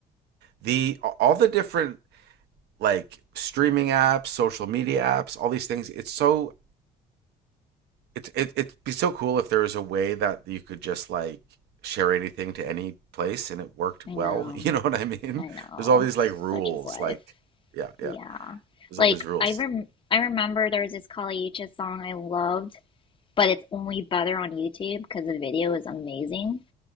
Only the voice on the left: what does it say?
I
know.
I know,
such
is life.
Yeah.
Like
I rem I remember there was this Kali Uchis song I loved, but it's only better on YouTube because the video is amazing.